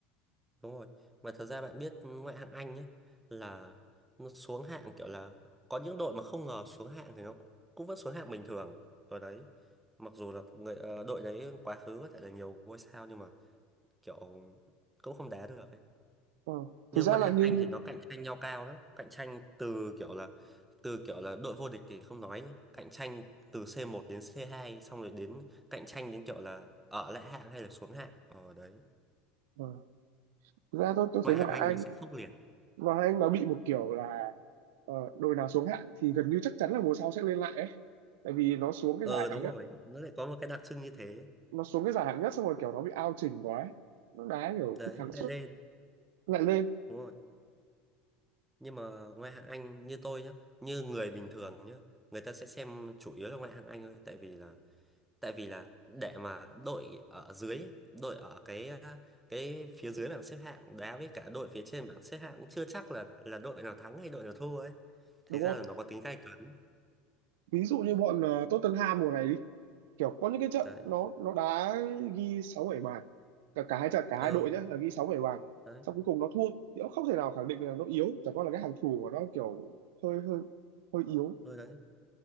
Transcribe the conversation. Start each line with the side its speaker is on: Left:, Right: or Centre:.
Centre: Đúng rồi. Mà thật ra bạn biết ngoại hạng Anh nhá là nó xuống hạng kiểu là có những đội mà không ngờ xuống hạng thì nó cũng vẫn xuống hạng bình thường ở đấy. Mặc dù là người ờ, đội đấy quá khứ có thể là nhiều ngôi sao nhưng mà kiểu cũng không đá được ấy.
Right: ờ. thực
Centre: Nhưng
Right: ra
Centre: ngoại
Right: là
Centre: hạng
Right: như
Centre: Anh thì nó cạnh tranh nhau cao lắm, cạnh tranh từ kiểu là từ kiểu là đội vô địch thì không nói nhá, cạnh tranh từ c một đến c hai, xong rồi đến cạnh tranh đến kiểu là ở lại hạng hay là xuống hạng ở đấy.
Right: ờ. thực ra tôi tôi
Centre: Ngoại
Right: thấy ngoại
Centre: hạng Anh
Right: Anh
Centre: nó sẽ khốc liệt.
Right: ngoại Anh nó bị một kiểu là ờ, đội nào xuống hạng thì gần như chắc chắn là mùa sau sẽ lên lại ấy. tại vì nó xuống cái
Centre: ờ
Right: giải hạng
Centre: đúng
Right: nhất
Centre: rồi nó lại có một cái đặc trưng như thế
Right: nó xuống cái giải hạng nhất xong rồi kiểu nó bị ao chỉnh quá ấy. nó đá kiểu
Centre: đấy
Right: cứ thắng suốt
Centre: lại lên
Right: lại lên
Centre: đúng rồi nhưng mà ngoại hạng Anh như tôi nhá như người bình thường nhá người ta sẽ xem chủ yếu là ngoại hạng Anh thôi tại vì là tại vì là để mà đội ở dưới đội ở cái à, cái phía dưới bảng xếp hạng đá với cả đội phía trên bảng xếp hạng cũng chưa chắc là là đội nào thắng hay đội nào thua ấy
Right: đúng
Centre: thành ra
Right: không
Centre: là nó có tính gay cấn
Right: ví dụ như bọn ờ, Tottenham mùa này đi kiểu có những cái trận
Centre: đấy
Right: nó nó đá ghi sáu bảy bàn cả cả hai trận cả
Centre: ờ
Right: hai đội nhá là ghi sáu bảy bàn
Centre: đấy
Right: xong cuối cùng nó thua thì cũng không thể nào khẳng định là nó yếu chẳng qua là cái hàng thủ của nó kiểu hơi hơi hơi yếu
Centre: ờ đấy